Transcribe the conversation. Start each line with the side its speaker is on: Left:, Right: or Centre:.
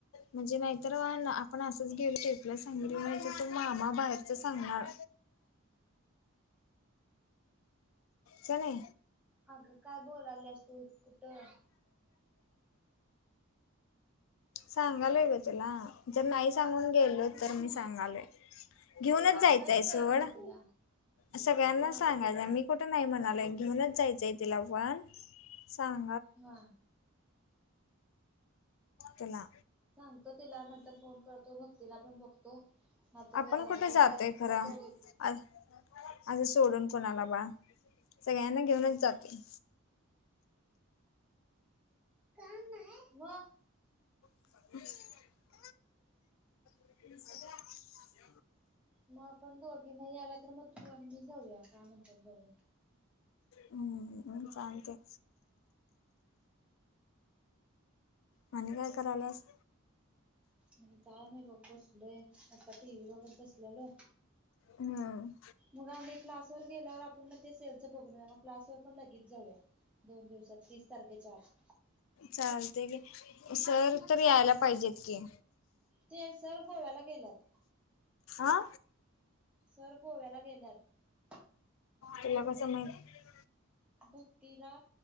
Left: म्हणजे नाहीतर वा ना आपण असंच घेऊ श प्लस चांगली माहितीे तू मामा बाहेरच सांगणार कणे
Centre: अगं काय बोलालास तू इ कुठं
Left: सांगालय ग त्याला जर नाही सांगून गेलो
Centre: मग सांग
Left: तर मी सांगालोय घेऊनच
Centre: सांगायचंच
Left: जायचय सवळ
Centre: आहे की मग तिला
Left: सगळ्यांना
Centre: मग
Left: सांगायच मी कुठे नाही म्हणालय की म्हनच जायचंय तिला पण सां
Centre: हा
Left: लाला
Centre: सांगतो तिला नंतर फोन करतो भक्तीला पण बघतो नाहीतर
Left: आपण कुठे
Centre: बघूया
Left: जातय खर
Centre: त्या दोघी
Left: असं सोडून कोणाला बा सगळ्यांना घेऊनच
Centre: हम्म.
Left: जाते
Centre: का आहे
Left: ह ह
Centre: मग आपण दोघी नाही आला तर मग तू आणि मी जाऊया काय म्हणतात बघून
Left: हम्म लते मणे काय करालास
Centre: आणि काय नाही बघ बसलोय आता टी व्ही बघत बसलेल
Left: हम्
Centre: मग आम्ही क्लासवर गेल्यावर आपण ते सेलच बघ मग्सवर पण लगेच जाऊया दोन दिवसात तीस तारखेच्या आज
Left: चालते की सर तर यायला पाहिजेत की
Centre: ते सर गोव्याला गेलात
Left: आा
Centre: सर गोव्याला गेल्यात
Left: तुला कस माहत
Centre: भक्तीला